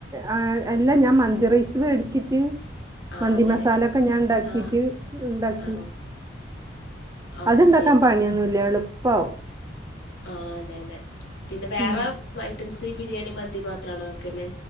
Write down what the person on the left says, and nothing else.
ആഹ്
അങ്ങനെ
ആഹ്
ആണോ അത്
ശരി
ആഹ് അതെ അതെ പിന്നെ വേറെ
ഐറ്റംസ് ബിരിയാണി മന്തി മാത്രാണോ വെക്കല്.